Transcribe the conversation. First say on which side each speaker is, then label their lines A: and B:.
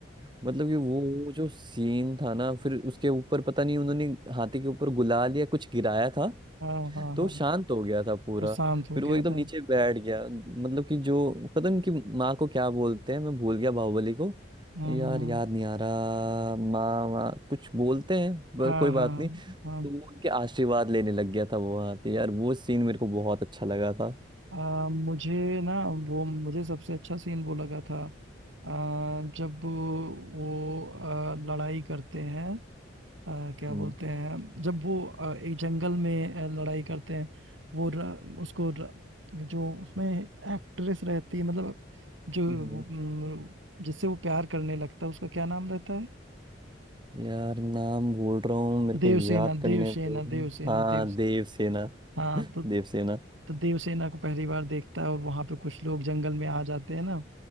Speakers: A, on the right (about 25°); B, on the right (about 80°).
A: मतलब कि वो जो सीन था ना फिर उसके ऊपर पता नहीं उन्होंने हाथी के ऊपर गुलाल या कुछ गिराया था
B: हाँ हाँ हाँ
A: तो
B: हाँ,
A: शांत हो गया था पूरा
B: वो शांत हो
A: फिर
B: गया
A: वो एकदम
B: था
A: नीचे बैठ गया मतलब कि जो पता नहीं कि माँ को क्या बोलते हैं मैं भूल गया बाहुबली को
B: हाँ
A: यार
B: हाँ
A: याद नहीं आ रहा माँ माँ कुछ बोलते हैं पर
B: हाँ
A: कोई बात
B: हाँ
A: नहीं तो
B: हाँ
A: वो उनके आशीर्वाद लेने लग गया था वो वहां पे यार वो सीन मेरे को बहुत अच्छा लगा था
B: हाँ, मुझे ना वो मुझे सबसे अच्छा सीन वो लगा था अ, जब वो अ, लड़ाई करते हैं अ, क्या
A: हम्म
B: बोलते हैं जब वो अ, एक जंगल में अ, लड़ाई करते हैं वो र, उसको र, जो उसमें एक्ट्रेस रहती है मतलब जो
A: हम्म।
B: वो, म, जिससे वो प्यार करने लगता है उसका क्या नाम रहता है
A: यार नाम भूल रहा हूँ मेरे को
B: देवसेना
A: याद करने
B: देवसेना
A: दो
B: देवसेना
A: हाँ
B: देव
A: देवसेना
B: हाँ
A: <laughs> देवसेना
B: तो, तो देवसेना को पहली बार देखता है और वहां पे कुछ लोग जंगल में आ जाते हैं ना